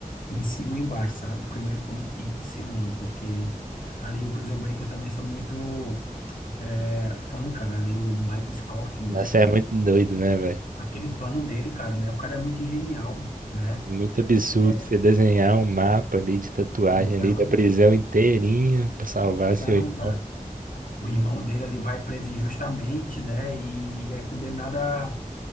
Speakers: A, on the left (about 70°); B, on the right (about 70°).
A: em cima ou embaixo, sabe? Primeiro como, e, e segundo, porque ali o Prison Break eu também sou muito é, fã, cara. Ali o Michael Scofield,
B: Nossa,
A: né?
B: é muito doido, né, velho?
A: Aquele plano dele, cara, né? O cara é muito genial, né?
B: Muito absurdo
A: É,
B: você desenhar um mapa ali de tatuagem
A: então,
B: ali da prisão
A: o-
B: inteirinha pra salvar
A: então,
B: seu irmão.
A: cara. o irmão dele ele vai preso injustamente, né? E é condenado à